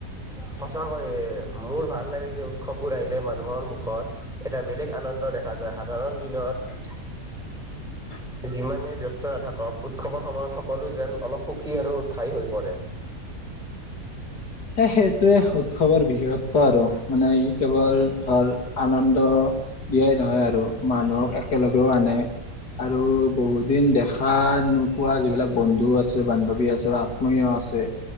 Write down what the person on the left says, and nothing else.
<inaudible>
হে সেইটোৱে উৎসৱৰ বিশেষত্ব আৰু মানে ই কেৱল ধৰ আনন্দ দিয়াই নহয় আৰু, মানুহক একেলগেও আনে। আৰু বহু দিন দেখা নোপোৱা যিবিলাক বন্ধু আছে বান্ধৱী আছে বা আত্মীয় আছে,